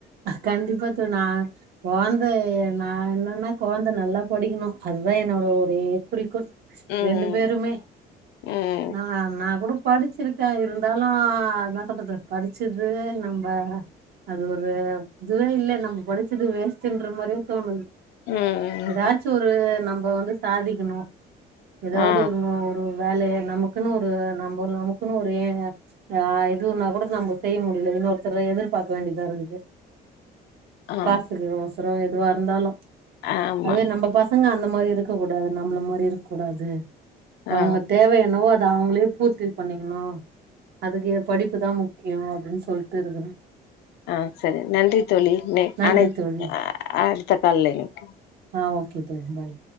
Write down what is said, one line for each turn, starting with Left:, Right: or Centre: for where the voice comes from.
Right: கண்டிப்பா தோழி நா குழந்த நான் என்னன்னா குழந்த நல்லா படிக்கணு அதுதான் என்னோட ஒரே குறிக் கோள்
Left: ம்
Right: ரெண்டு பேருமே
Left: ம்
Right: நான் நா கூட படிச்சிருக்கே இருந்தாலு அதான் சொல்றது படிச்சது நம்ப அது ஒரு இதுவேயில்ல நம்பா படிச்சது வேஸ்ட்ன்ற மாரியும் தோணுது
Left: ம்
Right: எதாச்சும் ஒரு நம்பவந்து சாதிக்கணும் எதாவது
Left: ஆ
Right: ஒரு ஒரு வேலய நமக்குன்னு ஒரு நம்ப நமக்குன்னு ஒரு யே ஆ யிதுன்னா கூட நம்ப செய்ய முடியல யின்னொருத்தர் எதிர்பார்க்க வேண்டியதாருக்குது
Left: ஆ
Right: காசுக்கு அவசரம் எதுவாருந்தாலு
Left: ஆமா
Right: அதுவே நம்ப பசங்க அந்த மாரிருக்கக்கூடாது நம்பள மாதிரிருக்கக்கூடாது அவங்க
Left: ஆ
Right: தேவை யென்னவோ அது அவங்க அவங்களே பூர்த்தி பண்ணிக்கணும் அதுக்கு படிப்புதான் முக்கியம் அப்டின்னு சொல்ட்டுருக்கிறே
Left: ஆ சரி நன்றி தோழி நி
Right: நன்றி
Left: அனை
Right: தோழி
Left: அடுத்த கால்ல யினைக்கு
Right: ஆ ஓகே தோழி பாய்